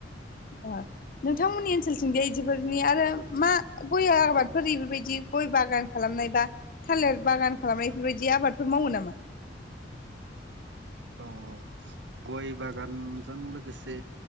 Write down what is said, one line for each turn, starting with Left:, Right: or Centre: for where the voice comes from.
Left: ओ नोंथांमोननि ओनसथिं जाय बिफोरनि आरो मा गय आबादफोर बेफोरबायदि गय बागान खालामनाय बा थालिर बागान खालामनाय बेफोरबायदि आबादफोर मावो नामा।
Right: औ औ गय बागानजों लोगोसे